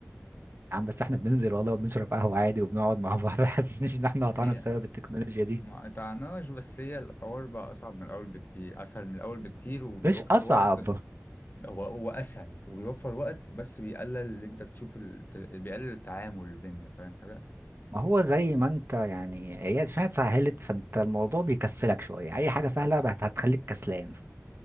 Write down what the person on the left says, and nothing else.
هي
ما قطعناش بس هي الحوار بقى أصعب من الأول بكتير أسهل من الأول بكتير وبيوفر
وقت هو هو اسهل وبيوفر وقت بس بيقلل اللي انت تشوف ال... ت- بيقلل التعامل بيننا فاهم حاجه